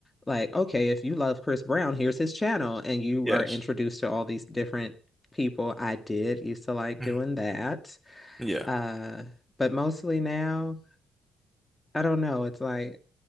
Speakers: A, on the left; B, in the centre.
A: Like, okay, if you love Chris Brown, here's his channel, and you
B: yes.
A: are introduced to all these different people. I did used to like
B: Mm,
A: doing that.
B: yeah.
A: Uh, but mostly now, I don't know. It's like